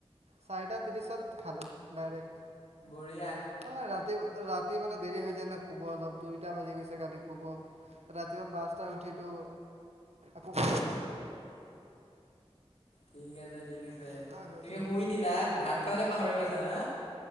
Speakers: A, on the right (about 80°); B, on the left (about 80°).
A: চাৰিটা ত্ৰিশত খালো ডাইৰেক্ট
B: বঢ়িয়া
A: অ মানে ৰাতি ৰাতি মানে দেৰি হৈ যায় না শুব অলপ দুইটা বাজি গৈছে কালি শুব ৰাতিুৱা পাঁচটা উঠিলো আকৌ শুইগলো
B: ঠিক আছে ঠিক আছে
A: এনেকুৱাই হৈ
B: তুমি
A: যায়
B: শুই
A: আৰু
B: দিলা ভাত খাবলৈ পাহৰি গৈছা হা।